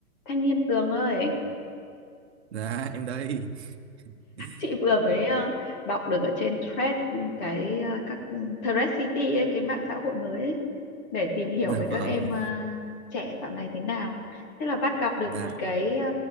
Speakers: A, on the left; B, on the right.
A: Thanh niên Tường ơi,
B: Dạ em đây. <laughs>
A: chị vừa mới ờ, đọc được ở trên thread cái ờ, các thread city ấy, cái mạng xã hội mới ấy, để tìm hiểu
B: Dạ
A: về các
B: vâng.
A: em ờ, trẻ dạo này thế nào. Thế là bắt gặp được
B: Dạ.
A: một cái ờ,